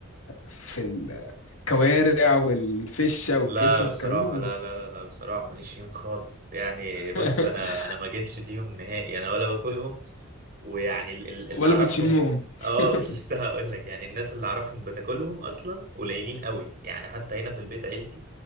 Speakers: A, on the left; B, on the right.
A: في الكوارع والفشه والكرشه
B: لا
A: والكلام
B: بصراحه
A: ده ولا
B: لا لا لا لا بصراحه ماليش فيهم خالص يعني بص
A: <laughs>
B: انا انا ما جيتش فيهم نهائي انا ولا باكلهم ويعني ال- ال- اللي
A: ولا
B: اعرفهم
A: بتشمهم
B: اه <laughs> كنت لسه
A: <laughs>
B: هقول لك يعني الناس اللي اعرفهم بتاكلهم اصلا قليلين قوي يعني حتى هنا في البيت عيلتي